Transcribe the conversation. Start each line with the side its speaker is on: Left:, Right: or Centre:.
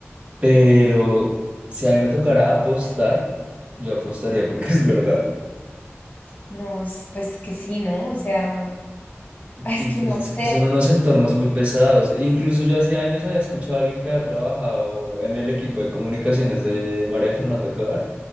Right: pero si a mí me tocara apostar, yo apostaría porque <laughs> es verdad.
Left: No, s- pues que sí, ¿no? O sea, ay,
Right: Y
Left: es que
Right: pues
Left: no
Right: es que
Left: sé.
Right: son unos entornos muy pesados. Incluso yo hace años había escuchado a alguien que había trabajado en el equipo de comunicaciones de María Fernanda Cabal,